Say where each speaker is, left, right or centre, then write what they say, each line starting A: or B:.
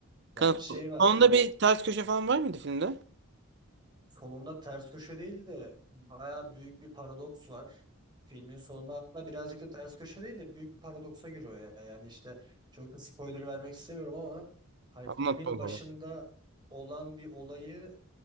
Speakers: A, on the right (about 20°); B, on the right (about 55°).
A: Ya
B: Kanka,
A: şey var
B: sonunda
A: o
B: bir ters köşe falan var mıydı filmde?
A: Sonunda ters köşe değil de bayağı büyük bir paradoks var. Filmin sonunda hatta birazcık da ters köşe değil de büyük bir paradoksa giriyor ya. Yani işte çok da spoiler vermek istemiyorum ama hani
B: Anlat
A: filmin
B: o
A: başında
B: zaman.
A: olan bir olayı